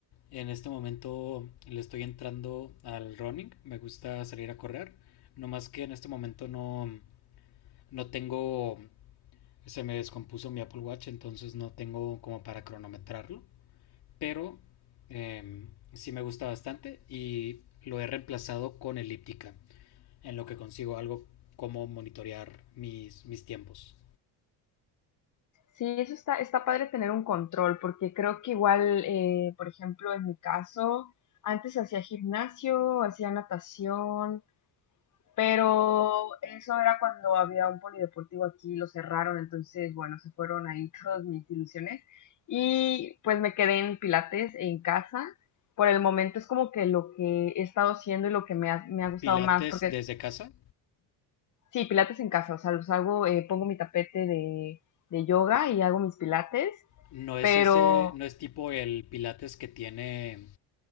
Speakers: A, on the left; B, on the left.
A: En este momento le estoy entrando al running. Me gusta salir a correr. No más que en este momento no, no tengo... Se me descompuso mi Apple Watch, entonces no tengo como para cronometrarlo pero em, sí me gusta bastante y lo he reemplazado con elíptica, en lo que consigo algo como monitorear mis, mis tiempos.
B: Sí, eso está, está padre tener un control, porque creo que igual, eh, por ejemplo, en mi caso, antes hacía gimnasio, hacía natación, Pero eso era cuando había un polideportivo aquí, lo cerraron, entonces, bueno, se fueron ahí <laughs> todas mis ilusiones. Y pues me quedé en Pilates en casa. Por el momento es como que lo que he estado haciendo y lo que me ha, me ha gustado
A: Pilates
B: más, porque
A: desde casa,
B: sí, Pilates en casa, o sea, los hago, eh, pongo mi tapete de, de yoga y hago mis Pilates,
A: no es
B: pero
A: ese, no es tipo el pilates que tiene,